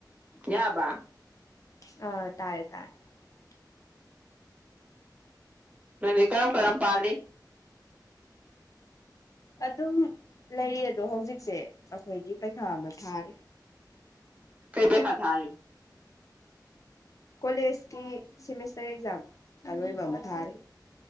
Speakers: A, on the right; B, on the left.
A: ꯌꯥꯕ?
B: ꯑ ꯇꯥꯔꯦ ꯇꯥꯔꯦ ꯫
A: ꯅꯪꯗꯤ ꯀꯔꯝ - ꯀꯔꯝ ꯄꯥꯜꯂꯤ?
B: ꯑꯗꯨꯝ ꯂꯩꯔꯤ ꯑꯗꯣ ꯍꯧꯖꯤꯛꯁꯦ ꯑꯩꯈꯣꯏꯒꯤ ꯄꯩꯈꯥ ꯑꯃ ꯊꯥꯔꯤ꯫
A: ꯀꯩ ꯄꯩꯈꯥ ꯊꯥꯔꯤ?
B: ꯀꯣꯂꯦꯖꯀꯤ ꯁꯦꯃꯤꯁꯇꯔ ꯑꯦꯛꯖꯥꯝ ꯑꯔꯣꯏꯕ ꯑꯃ꯫ ꯊꯥꯔꯤ